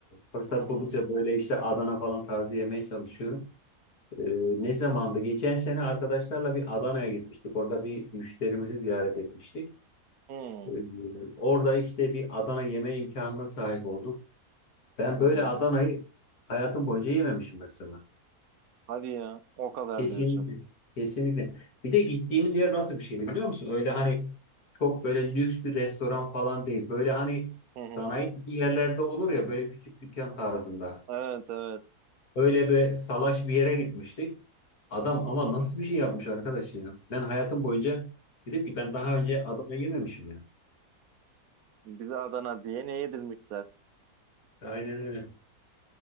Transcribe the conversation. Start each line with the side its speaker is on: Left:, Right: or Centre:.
Left: fırsat
Right: Hı hı.
Left: buldukça böyle işte Adana falan tarzı yemeye çalışıyorum. Ee, ne zamandı? Geçen sene arkadaşlarla bir Adana'ya gitmiştik. Orada bir müşterimizi ziyaret etmiştik.
Right: Hı
Left: Ee, orada işte bir Adana yeme imkanına sahip oldum. Ben
Right: hı.
Left: böyle
Right: hı.
Left: Adana'yı hayatım boyunca yememişim mesela.
Right: Hadi ya. O kadar
Left: Kesinlikle.
Right: diyorsun.
Left: Kesinlikle. Bir de gittiğimiz yer nasıl bir şeydi biliyor musun? Öyle hani çok böyle lüks bir restoran falan değil. Böyle hani
Right: Hı hı.
Left: sanayi tipi yerlerde olur ya böyle küçük dükkan tarzında.
Right: Evet, evet.
Left: Öyle bir salaş bir yere gitmiştik. Adam ama nasıl bir şey yapmış arkadaş ya. Ben hayatım boyunca dedim ki ben daha önce Adana yememişim yani.
Right: Bize Adana diye ne yedirmişler?
Left: Aynen öyle.